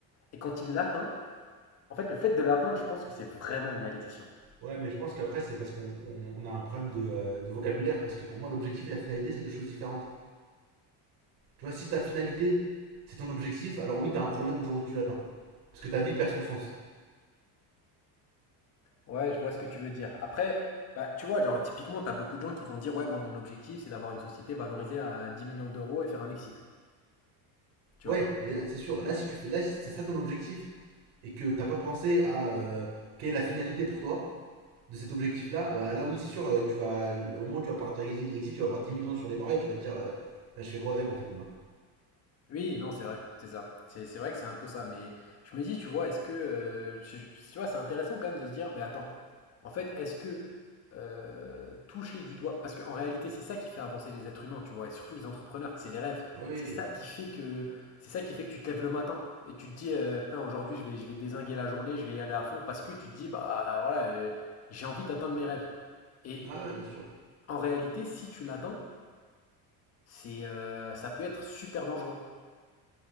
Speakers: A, on the left; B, on the right.
A: Et quand ils l'atteignent, en fait, le fait de l'atteindre, je pense que c'est vraiment une malédiction.
B: Ouais, mais je pense qu'après, c'est parce qu'on on- on a un problème de, euh, de vocabulaire. Parce que pour moi, l'objectif et la finalité, c'est deux choses différentes. Tu vois, si ta finalité, c'est ton objectif, alors oui, t'as un problème le jour où tu l'atteins. Parce que ta vie perd son sens.
A: Ouais, je vois ce que tu veux dire. Après, bah, tu vois, genre, typiquement, tu as beaucoup de gens qui vont dire, ouais, moi, mon objectif, c'est d'avoir une société valorisée à 10 millions d'euros et faire un exit, tu
B: Ouais,
A: vois.
B: mais là, c'est sûr. Là, si tu fais, là, si c'est ça ton objectif, et que t'as pas pensé à euh, quelle est la finalité pour toi de cet objectif-là, bah là oui, c'est sûr, euh, tu vas, au moment où tu vas partir avec l'exit de l'exit, tu vas avoir 10 millions sur les bras et tu vas te dire, euh, Là, je fais quoi avec en fait maintenant
A: Oui, non, c'est vrai, c'est ça. C'est c'est vrai que c'est un peu ça. Mais je me dis, tu vois, est-ce que. euh, je- je- tu vois, c'est intéressant quand même de se dire, mais attends, en fait, est-ce que euh, toucher du doigt. Parce qu'en réalité, c'est ça qui fait avancer les êtres humains, tu vois, et surtout les entrepreneurs, c'est les rêves.
B: Oui, oui,
A: C'est ça
B: oui.
A: qui fait que. C'est ça qui fait que tu te lèves le matin et tu te dis, euh, putain, aujourd'hui, je vais, je vais dézinguer la journée, je vais y aller à fond, parce que tu te dis, bah euh, voilà, euh, j'ai envie d'atteindre mes rêves. Et
B: Ah, ouais, bien sûr.
A: en réalité, si tu l'atteins, c'est, euh, ça peut être super dangereux.